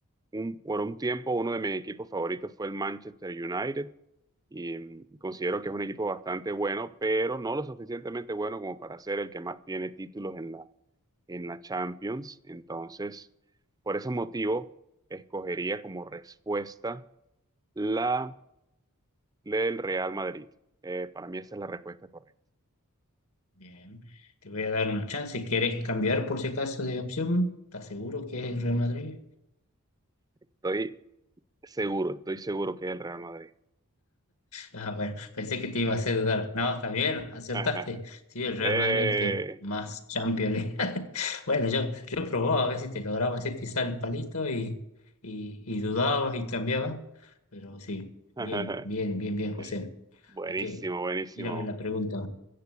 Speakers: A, on the right; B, on the left.
A: un- por un tiempo uno de mis equipos favoritos fue el Manchester United y mm, considero que es un equipo bastante bueno, pero no lo suficientemente bueno como para ser el que más tiene títulos en la, en la Champions. Entonces, por ese motivo, escogería como respuesta la del Real Madrid. Eh, para mí esa es la respuesta correcta.
B: Bien, te voy a dar una chance. si ¿Quieres cambiar por si acaso de opción? ¿Estás seguro que es el Real Madrid?
A: Estoy seguro, estoy seguro que es el Real Madrid.
B: Ah, bueno, pensé que te iba a hacer dudar. No, está bien, acertaste.
A: <laughs>
B: Sí, el Real
A: Eh,
B: Madrid es el que más Champions League. <laughs> Bueno, yo, yo probaba a ver si te lograba hacer pisar el palito y, y, y dudabas y cambiabas. Pero sí, bien,
A: <laughs>
B: bien, bien, bien, José.
A: Buenísimo,
B: Ok,
A: buenísimo.
B: tírame la pregunta.